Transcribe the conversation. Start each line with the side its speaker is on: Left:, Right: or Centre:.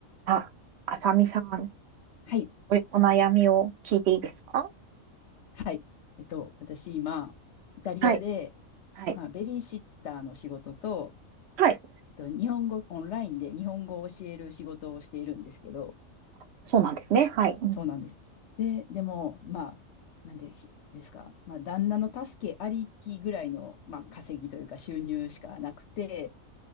Right: あ、あさみさん、
Left: はい。
Right: お、お悩みを聞いていいですか
Left: はい。えっと、私今、イタリアで、
Right: はい。はい。
Left: まあ、ベビーシッターの仕事と、
Right: はい。
Left: えっと、日本語、オンラインで日本語を教える仕事をしているんですけど、
Right: そうなんですね。はい。うん
Left: そうなんです。で、でも、まあ、なんでひですか、まあ、旦那の助けありきぐらいの、まあ、稼ぎというか収入しかなくて、